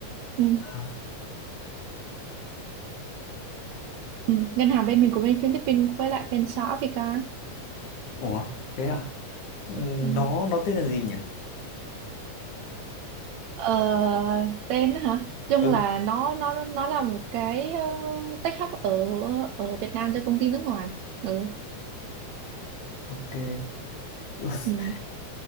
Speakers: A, on the right; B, on the left.
A: ừ.
B: à
A: Ừ. ngân hàng bên mình của bên Philippines với lại bên xã Africa
B: ủa thế à Ừm,
A: ừ.
B: nó nó tên là gì nhỉ
A: Ờ, tên hả? Chung
B: ừ
A: là nó nó nó là một cái uh, tech hub ở ở Việt Nam cho công ty nước ngoài. Ừ.
B: ok <laughs>
A: Ừ,